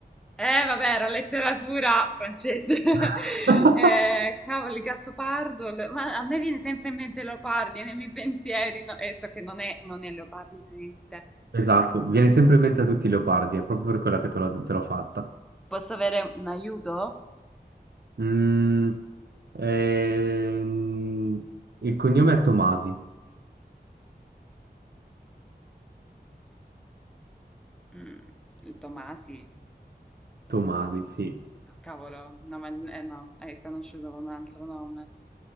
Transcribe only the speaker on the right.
<laughs>
Esatto,
viene sempre in mente a tutti i leopardi, è proprio per quella che te l'ho te l'ho fatta.
Mm, ehm, il cognome è Tomasi.
Tomasi, sì.